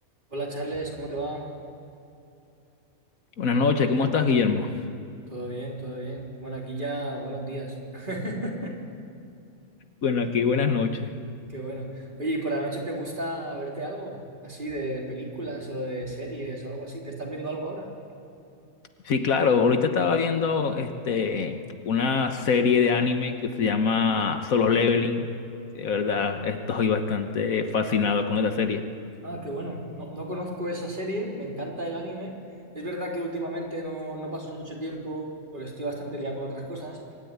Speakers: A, on the right (about 35°); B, on the left (about 70°).
A: Hola Charles, ¿cómo te va?
B: Buenas noches, ¿cómo estás, Guillermo?
A: Todo bien, todo bien. Bueno, aquí ya buenos días. <laughs>
B: Bueno, aquí buenas noches.
A: Qué bueno. Oye, ¿y por la noche te gusta verte algo así de, de películas o de series o algo así? ¿Te estás viendo algo ahora?
B: Sí, claro, ahorita estaba viendo este, una serie de anime que se llama Solo Leveling. De verdad, estoy bastante fascinado con esa serie.
A: Ah, qué bueno. No, no conozco esa serie, me encanta el anime. Es verdad que últimamente no, no paso mucho tiempo porque estoy bastante liado con otras cosas,